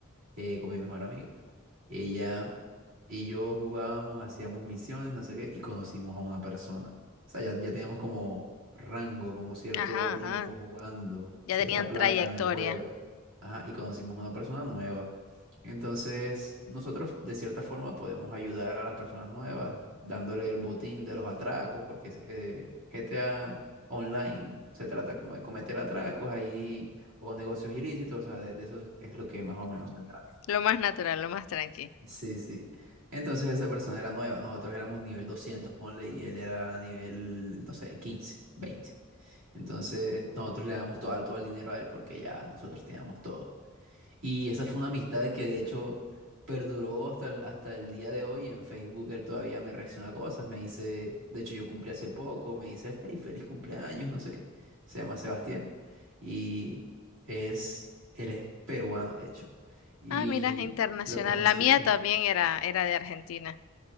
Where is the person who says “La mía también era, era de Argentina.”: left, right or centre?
Left